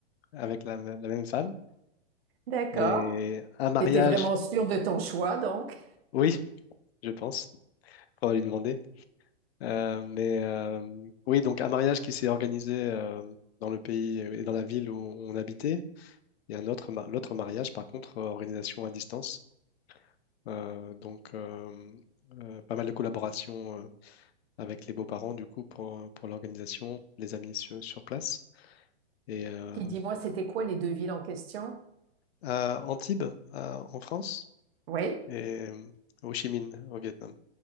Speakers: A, on the left (about 70°); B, on the right (about 65°).
A: avec la, m- la même femme.
B: D'accord.
A: Et un mariage,
B: T'étais vraiment sûre de ton choix, donc.
A: oui, je pense, on va lui demander. Euh, mais euh, oui, donc un mariage qui s'est organisé euh, dans le pays et dans la ville où on habitait. Et un autre, ma- l'autre mariage, par contre, euh, organisation à distance. Euh, donc, euh, euh, pas mal de collaboration euh, avec les beaux-parents, du coup, pour, pour l'organisation, les amis sur, sur place. Et euh,
B: Puis dis-moi, c'était quoi les deux villes en question?
A: à Antibes, à- en France.
B: Oui?
A: et euh, Ho Chi Minh au Vietnam,